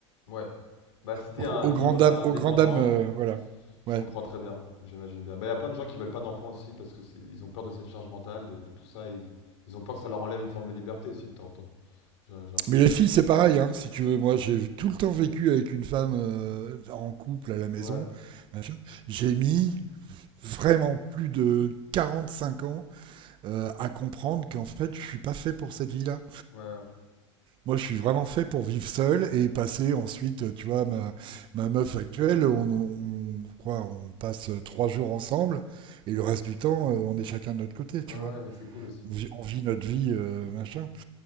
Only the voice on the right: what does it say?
Au,
au
grand dam,
au grand dam, euh, voilà.
Ouais.
Mais les filles, c'est pareil, hein, si tu veux. Moi, j'ai tout le temps vécu avec une femme euh, en couple à la maison.
machin. J'ai mis vraiment plus de 45 ans euh, à comprendre qu'en fait, je suis pas fait pour cette vie-là.
Moi, je suis vraiment fait pour vivre seul et passer ensuite, tu vois, ma, ma meuf actuelle, on, on- quoi, on passe trois jours ensemble et le reste du temps, euh, on est chacun de notre côté, tu
vois.
On vit, on vit notre vie, euh, machin.